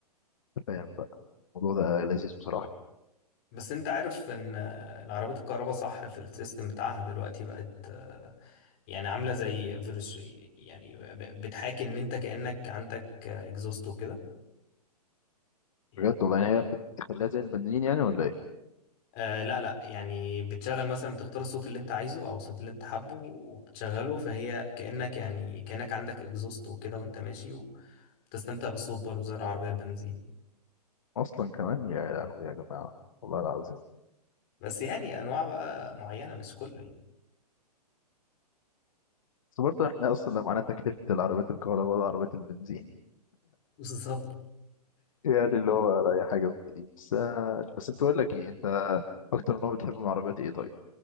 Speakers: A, on the left (about 55°); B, on the left (about 35°).
A: وفاهم بقى الموضوع ده لذيذ بصراحة
B: بس انت عارف ان آه، العربيات الكهرباء صح في السيستم بتاعها دلوقتي بقت آه، يعني عامله زي فيرج يعني ب- بتحاكي ان انت كانك عندك اكزوست وكده يعني
A: بجد والله يعني هي بتخليها زي البنزين يعني ولا إيه؟
B: آه لا لا يعني بتشغل مثلا بتختار الصوت اللي انت عايزه او الصوت اللي انت حابه وبتشغله فهي كانك يعني كانك عندك اكزوست وكده وانت ماشي وبتستمتع بالصوت برضه زي العربيه البنزين
A: أصلا كمان يا لهوي يا جماعة والله العظيم
B: بس يعني انواع بقى معينه مش كله يعني.
A: بس برضه إحنا أصلا لو معانا تكلفة العربيات الكهرباء والعربيات البنزين
B: بالظبط
A: يعني اللي هو ولا أي حاجة بتجيب. بس بس أنت بقول لك إيه أنت أكتر نوع بتحب من العربيات إيه طيب؟